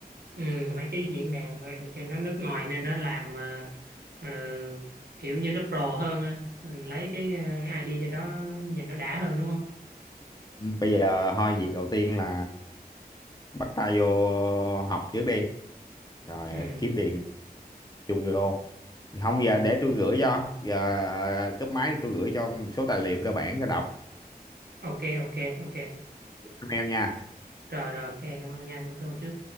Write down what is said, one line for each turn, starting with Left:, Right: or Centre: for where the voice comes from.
Right: ừ, mấy cái diễn đàn mà trên đó nước ngoài nên nó làm à, ờ, kiểu như nó pro hơn á. mình lấy cái à, ID trên đó nó nó nhìn nó đã hơn đúng không
Left: Ừ. bây giờ thôi việc đầu tiên là bắt tay vô học trước đi rồi
Right: ừ
Left: kiếm tiền chung vô không giờ để tôi gửi cho giờ ờ, cúp máy tôi gửi cho một số tài liệu cơ bản cho đọc
Right: ok ok ok
Left: Cảm ơn em nha
Right: rồi rồi ok cảm ơn nha cảm ơn trước